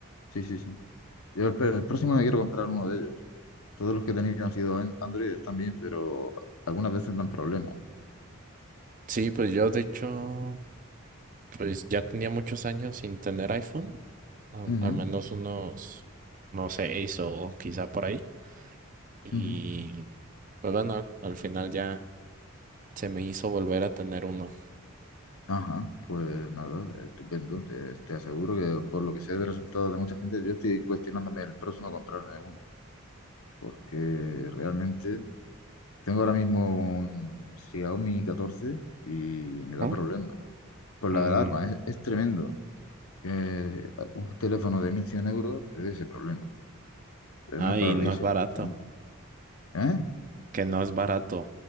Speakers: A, on the left (about 75°); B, on the right (about 35°).
A: Sí, sí, sí. Yo el, el próximo me quiero comprar uno de ellos. Todos los que he tenido han sido en- Android, están bien, pero algunas veces dan problemas.
B: Sí, pues yo de hecho, pues ya tenía muchos años sin tener iPhone, al,
A: Ujú,
B: al menos unos, no sé, seis o quizá por ahí. Y
A: ujú.
B: pues bueno, al al final ya se me hizo volver a tener uno.
A: Ajá, pues nada, estupendo. Te, te aseguro que por lo que sé de resultados de mucha gente, yo estoy cuestionándome el próximo a comprarme uno, porque realmente tengo ahora mismo un Xiaomi 14 y me da
B: Ujú.
A: problemas con
B: Mm,
A: la alarma. Es, es tremendo que un teléfono de 1.100 euros te dé ese problema. Eh,
B: Ah,
A: No es para
B: y no
A: reírse.
B: es barato.
A: precisamente. ¿Eh?
B: que no es barato.